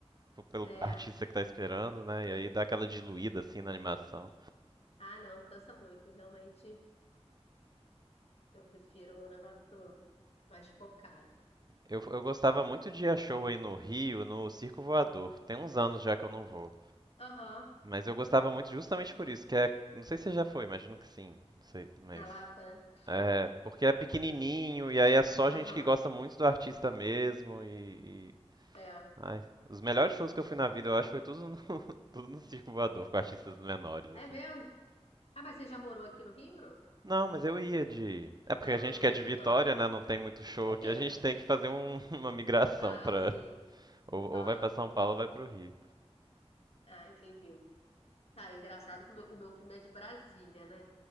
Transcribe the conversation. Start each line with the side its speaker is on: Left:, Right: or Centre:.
Right: pro- pelo
Left: É.
Right: artista que tá esperando, né? E aí dá aquela diluída assim na animação.
Left: Ah, não, cansa muito. Realmente, eu prefiro um negócio mais focado.
Right: Eu, eu gostava muito de ir a show aí no Rio, no Circo Voador. Tem uns anos já que eu não vou.
Left: Aham,
Right: Mas eu gostava muito justamente por isso, que é, não sei se já foi, imagino que sim, não sei, mas
Left: na Lapa, né?
Right: é, porque é pequenininho e aí é só gente
Left: Aham,
Right: que gosta muito do artista mesmo e, e-
Left: é.
Right: ai, os melhores shows que eu fui na vida, eu acho, foi tudo no, <laughs> tudo no Circo Voador, com artistas menores
Left: É
Right: assim.
Left: mesmo? Ah, mas você já morou aqui no Rio, não?
Right: Não, mas eu ia de, é porque
Left: Ah,
Right: a gente
Left: de
Right: que
Left: vez
Right: é de Vitória,
Left: em quando.
Right: né, não tem muito show
Left: É perto.
Right: aqui, a gente tem que fazer um- <laughs> uma migração
Left: Ah,
Right: pra
Left: sim.
Right: ou, ou
Left: Aham.
Right: vai pra São Paulo ou vai pro Rio.
Left: Ah, entendi. Cara, é engraçado que o meu, o meu primo é de Brasília, né?